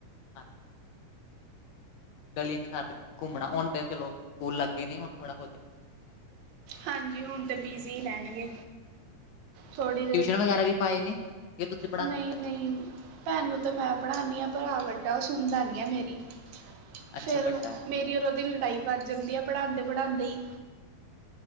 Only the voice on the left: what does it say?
ਹਾਂ ਗਲੀਆਂ ਚ ਘੁੰਮਣਾ ਹੁਣ ਤੇ ਚਲੋ ਸਕੂਲ ਲੱਗੇ ਨੇ ਹੁਣ ਥੋੜਾ ਬਹੁਤ
ਟਿਊਸ਼ਨ ਵਗੈਰਾ ਵੀ ਪਾਏ ਨੇ ਇਹ ਤੁਸੀਂ ਪੜ੍ਹਾਉਂਦੇ
ਹੋ ਘਰੇ
ਅੱਛਾ ਵੱਡਾ ਹੈ